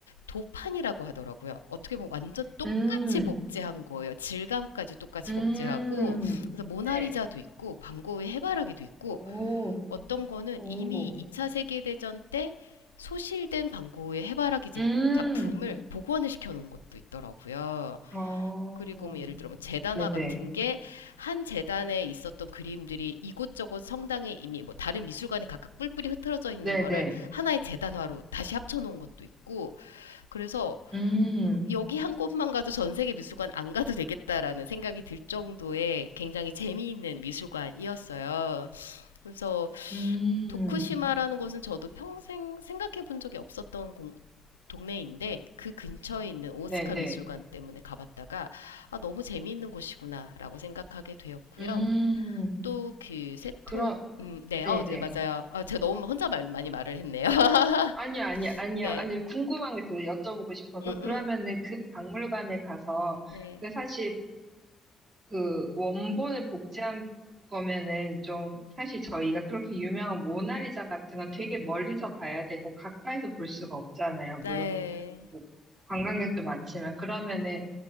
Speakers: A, on the left; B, on the right.
A: 도판이라고 하더라고요. 어떻게 보면 완전 똑같이
B: 음,
A: 복제한 거예요. 질감까지 똑같이
B: 음,
A: 복제하고, 그래서 모나리자도
B: 네.
A: 있고, 반 고흐의 해바라기도 있고,
B: 오,
A: 어떤 거는
B: 오,
A: 이미 2차 세계대전 때 소실된 반 고흐의 해바라기
B: 음,
A: 작품을 복원을 시켜 놓은 것도 있더라고요.
B: 어,
A: 그리고 뭐 예를 들어 뭐 재단화
B: 네네,
A: 같은 게 한 재단에 있었던 그림들이 이곳저곳 성당에 이미 뭐 다른 미술관에 각각 뿔뿔이 흩어져 있는
B: 네네,
A: 거를 하나의 재단화로 다시 합쳐놓은 것도 있고 그래서
B: 음,
A: 여기 한 곳만 가도 전 세계 미술관 안 가도 되겠다라는 생각이 들 정도의 굉장히 재미있는 미술관이었어요. 그래서
B: 음,
A: 도쿠시마라는 곳은 저도 평생 생각해 본 적이 없었던 공- 동네인데 그 근처에 있는 오스카
B: 네네,
A: 미술관 때문에 가봤다가 아, 너무 재미있는 곳이구나라고 생각하게 되었고요.
B: 음,
A: 또 그 세토
B: 그럼,
A: 음, 네,
B: 네네.
A: 어, 네, 맞아요. 아, 제가 너무 혼자 말, 많이 말을 했네요. <laughs>
B: 아니요, 아니요, 아니요,
A: 네,
B: 아니요. 궁금한 게 있어서 여쭤보고 싶어서.
A: 음,
B: 그러면은
A: 음,
B: 그 박물관에 가서,
A: 네,
B: 그 사실 그 원본을 복제한 거면은 좀 사실 저희가 그렇게 유명한 모나리자 같은 건 되게 멀리서 봐야 되고 가까이서 볼 수가 없잖아요.
A: 네,
B: 물론 뭐 관광객도 많지만 그러면은